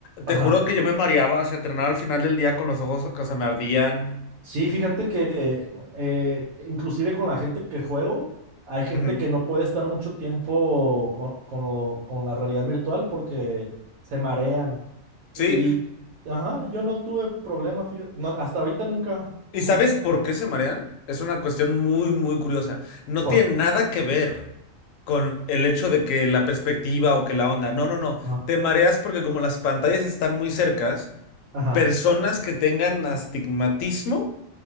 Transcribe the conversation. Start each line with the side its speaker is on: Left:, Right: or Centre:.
Left: te
Right: Ajá.
Left: juro que yo me mareaba, o sea, terminaba al final del día con los ojos que se me ardían.
Right: Sí, fíjate que eh, inclusive con la gente que juego, hay gente
Left: Ujú.
Right: que no puede estar mucho tiempo con, con lo- con la realidad virtual porque se marean.
Left: Sí.
Right: Y, ajá, yo no tuve problemas, fíjate, no, hasta ahorita nunca. mm,
Left: ¿Y sabes
Right: mm.
Left: por qué se marean? Es una cuestión muy, muy curiosa. No
Right: ¿Cuál?
Left: tiene nada que ver con el hecho de que la perspectiva o que la onda. No, no, no.
Right: Ajá,
Left: Te mareas porque como las pantallas están muy cercas,
Right: ajá,
Left: personas que tengan astigmatismo